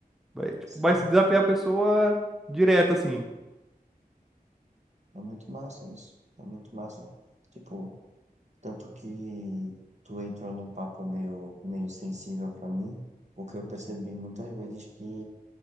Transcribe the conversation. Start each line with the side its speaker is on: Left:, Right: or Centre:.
Centre: vai, tipo,
Right: sim.
Centre: vai se desafiar a pessoa direto, assim.
Right: É muito massa isso. É muito massa. Tipo, Tanto que tu entrou num papo meio, meio sensível para mim, porque eu percebi muitas vezes que